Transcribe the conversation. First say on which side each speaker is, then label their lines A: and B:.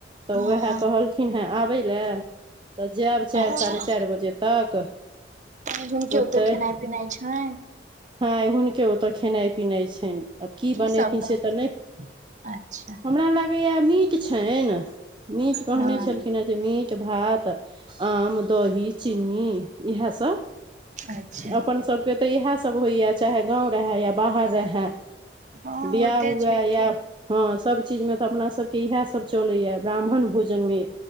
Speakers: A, on the right; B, on the right.
A: तऽ
B: हँ
A: उएह कहलखिन हेँ आबय लए तऽ जायब चारि
B: अच्छा
A: साढ़े चारि बजे तक
B: आय हुनके
A: ओतहि
B: ओतय खेनाइ पिनाइ छैन
A: हँ आइ हुनके ओतअ खेने पिनाय छैन आब की बनेथिन
B: सब रहतै
A: से तऽ नय
B: अच्छा
A: हमरा लागैय मीठ छैन मीट कहने
B: हँ
A: छलखिन हे जे मीट भात आम दही चीनी इहे सब
B: अच्छा
A: अपन सब के तऽ इहे सब होइया चाहे गाँव रहै या बाहर रहै
B: हँ
A: बियाह
B: होइते
A: हुए
B: छै
A: या
B: की
A: हँ सब चीज मे तऽ अपना सबके इएह सब चलैया ब्राह्मण भोजन मे